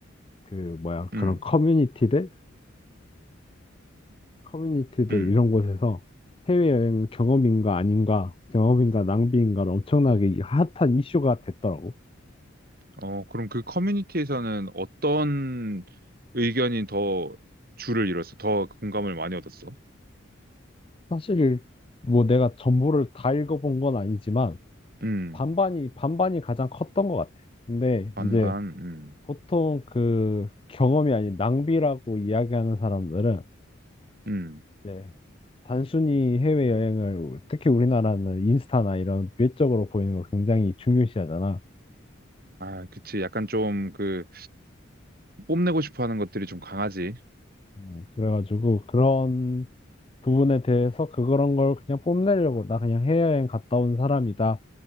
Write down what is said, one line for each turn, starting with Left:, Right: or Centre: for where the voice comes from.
Left: 그 뭐야
Right: 음,
Left: 그런 커뮤니티들 커뮤니티들
Right: 음.
Left: 이런 곳에서 해외여행 경험인가 아닌가 경험인가 낭비인가 엄청나게 이 핫한 이슈가 됐더라고.
Right: 어, 그럼 그 커뮤니티에서는 어떤 의견이 더 줄을 이뤘어? 더 공감을 많이 얻었어?
Left: 사실 뭐 내가 전부를 다 읽어본 건 아니지만
Right: 음,
Left: 반반이 반반이 가장 컸던 것 같아. 근데
Right: 반반,
Left: 이제
Right: 음,
Left: 보통 그 경험이 아닌 낭비라고 이야기하는 사람들은
Right: 음.
Left: 네. 단순히 해외여행을, 특히 우리나라는 인스타나 이런 외적으로 보이는 거 굉장히 중요시하잖아.
Right: 아, 그치. 약간 좀 그, 뽐내고 싶어 하는 것들이 좀 강하지.
Left: 음, 그래가지고 그런 부분에 대해서 그- 그런 걸 그냥 뽐내려고, 나 그냥 해외여행 갔다 온 사람이다.